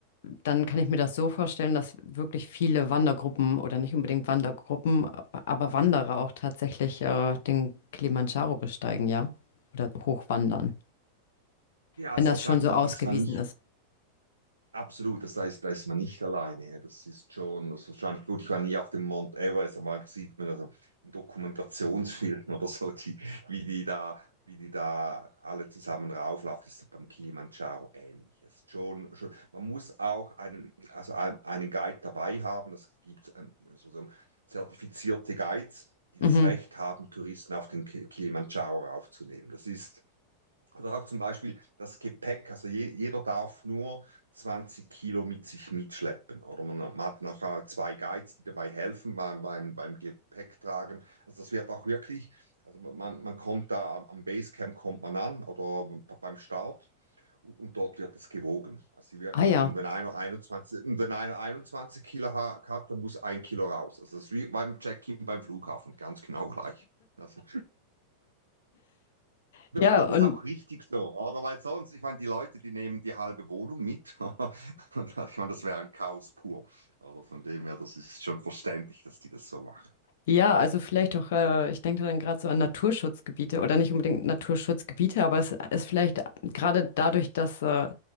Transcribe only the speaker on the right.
Ja,
also
das,
da
ist
man nicht
Absolut, das heißt, da ist man nicht alleine. ja. Das ist schon, das ist wahrscheinlich gut. Ich war nie auf dem Mount Everest, aber man sieht man also in Dokumentationsfilmen <laughs> oder so, die, wie die da, wie die da alle zusammen rauflaufen. Das ist beim Kilimanjaro ähnlich. Das ist schon, schon, man muss auch einen, also ein- einen Guide dabei haben. Es gibt ähm, sozusagen zertifizierte Guides, die
das Recht haben, Touristen auf den Ki- Kilimanjaro raufzunehmen. Das ist oder auch zum Beispiel das Gepäck. Also je, jeder darf nur 20 Kilo mit sich mitschleppen. Oder man, man hat nachher zwei Guides, die dabei helfen beim, beim, beim Gepäcktragen. Also das wird auch wirklich, also man, man kommt da am Basecamp kommt man an oder beim Start und dort wird das gewogen. Also wirklich,
und wenn einer 21, und wenn einer 21 Kilo hat, dann muss ein Kilo raus. Also das ist wie beim Check-in beim Flughafen, ganz genau gleich. Also
das
ist auch richtig so, oder? Weil sonst, ich meine, die Leute, die nehmen die halbe Wohnung mit. <laughs> Und ich meine, das wäre ein Chaos pur. Oder von dem her, das ist schon verständlich, dass die das so machen.